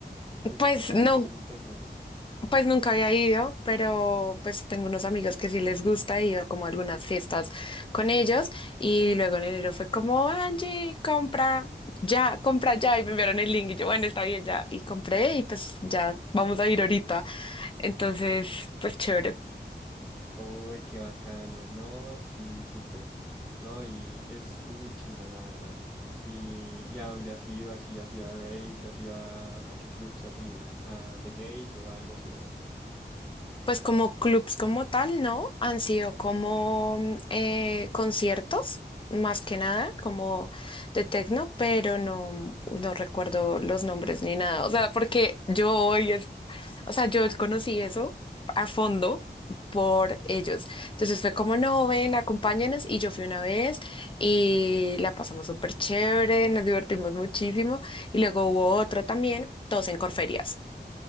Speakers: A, in the centre; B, on the left.
A: te gusta
B: Pues
A: bastante
B: no,
A: el tecno.
B: pues nunca había ido, pero pues tengo unos amigos que sí les gusta, he ido como a algunas fiestas con ellos y luego en enero fue como, Angie, compra ya, compra ya y me enviaron el link y yo, bueno, está bien ya y compré y pues ya vamos a ir ahorita. Entonces, pues chévere.
A: Uy, qué bacano. No, sí, súper. No, y es, es muy chimba, la verdad. ¿Y, y a dónde has ido? ¿Así has ido a raves? ¿Has ido a, a qué clubs has ido? ¿A The Gate o algo así? ¿O?
B: Pues como clubs como tal, ¿no? Han sido como mm, eh, conciertos, más que nada, como de techno, pero no, no recuerdo los nombres ni nada. O sea, porque yo voy, es O sea, yo conocí eso a fondo por ellos. Entonces fue como, no, ven, acompáñanos. Y yo fui una vez y la pasamos súper chévere, nos divertimos muchísimo. Y luego hubo otro también, todos en Corferias.